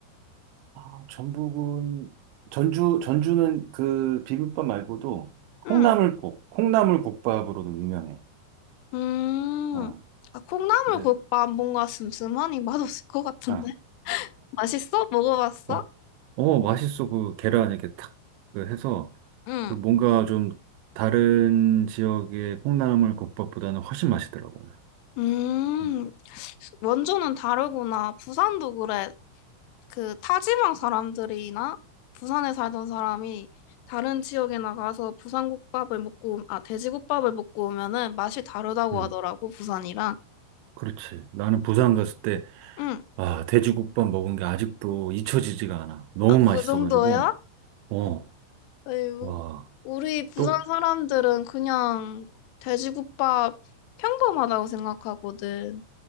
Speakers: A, on the right; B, on the left.
A: 아, 전북은 전주 전주는 그 비빔밥 말고도 콩나물국,
B: 응.
A: 콩나물국밥으로도 유명해.
B: 음.
A: 아,
B: 아, 콩나물국밥
A: 그래.
B: 뭔가 슴슴하니 맛없을 것 같은데.
A: 아,
B: 맛있어? 먹어봤어?
A: 어, 어, 맛있어. 그 계란 이렇게 탁, 그 해서,
B: 응.
A: 그 뭔가 좀 다른 지역의 콩나물 국밥보다는 훨씬 맛있더라고.
B: 음.
A: 음,
B: 원조는 다르구나. 부산도 그래. 그 타지방 사람들이나 부산에 살던 사람이 다른 지역에 나가서 부산국밥을 먹고, 아, 돼지국밥을 먹고 오면은 맛이 다르다고
A: 음,
B: 하더라고, 부산이랑.
A: 그렇지. 나는 부산 갔을 때,
B: 응,
A: 아, 돼지국밥 먹은 게 아직도 잊혀지지가 않아. 너무
B: 아, 그
A: 맛있어가지고,
B: 정도야?
A: 어,
B: 에휴,
A: 와.
B: 우리 부산
A: 또
B: 사람들은 그냥 돼지국밥 평범하다고 생각하거든.